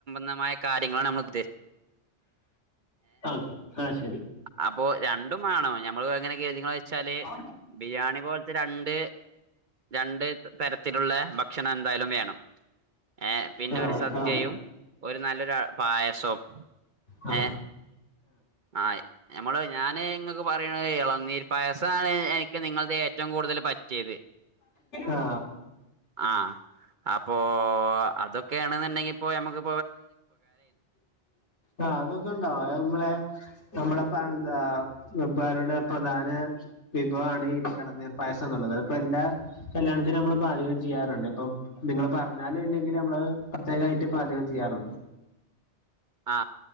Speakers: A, on the right; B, on the left.
A: തമായ കാര്യങ്ങളാണ് നമ്മള്
B: അ അശ്
A: അപ്പൊ രണ്ടും മാണം ഞമ്മള്ങ്ങനെ കരുതീക്കണ്ച്ചാല്
B: ആ
A: ബിരിയാണി പോൽത്തെ രണ്ട് രണ്ട് തരത്തിലുള്ള ഭക്ഷണം എന്തായാലും വേണം ഏ പിന്നെ
B: ആ
A: ഒരു സദ്യയും.
B: ആ
A: ഒരു നല്ലൊരു അ പായസും
B: ആ
A: ഏ ആ ഞമ്മള് ഞാന് ഇങ്ങക്ക് പറയ്ണെ എളനീർ പായസാണ് എനിക്ക് നിങ്ങളെതീ ഏറ്റവും റ്റവും കൂടുതല് പറ്റിയത്.
B: ആ
A: ആ അപ്പോ അതൊക്കെയാണ് ന്ന്ണ്ടെങ്കിപ്പോ നമ്മക്ക്
B: ആ അതൊക്കെണ്ടാവും അത് നമ്മളെ നമ്മളെപ്പൊ ന്താ വെപ്പാരുടെ പ്രധാന വിഭവാണീ എളനീർ പായസംന്ന്ള്ളത് അത്പ്പൊ എല്ലാ കല്യാണത്തിനും നമ്മൾ പാചകം ചെയ്യാറുണ്ട് ഇപ്പൊ നിങ്ങള് പറഞ്ഞാലും ഇല്ലെങ്കിലും നമ്മളത് പച്ച കായിട്ട് പാചകം ചെയ്യാറുണ്ട്.
A: ആ